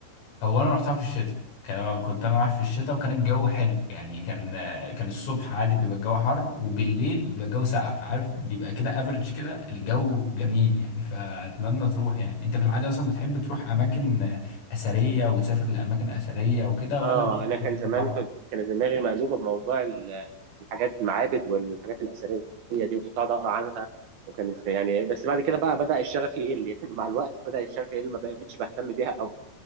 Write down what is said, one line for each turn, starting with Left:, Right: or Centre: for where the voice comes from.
Left: هو انا رحتها في الشتاء كان كنت انا رايح في الشتاء وكان الجو حلو يعني كان آه، كان الصبح عادي بيبقى الجو حر وبالليل بيبقى الجو ساقع فعارف بيبقى كده افريج كده الجو جميل يعني فاتمنى تروح يعني انت في العادة اصلا بتحب تروح اماكن آه، اثرية وتسافر لاماكن اثرية وكده ولا
Right: اه
Left: بتحب
Right: انا كان
Left: تسافر
Right: زمان كنت كان دماغي مقلوبه بموضوع ال- الحاجات المعابد والحاجات الاثريه دي وكنت قاعد اقرا عنها وكانت يعني بس بعد كده بقى بدا الشغف يقل يعني <laughs> مع الوقت بدا الشغف يقل ما بقتش بهتم بيها قوي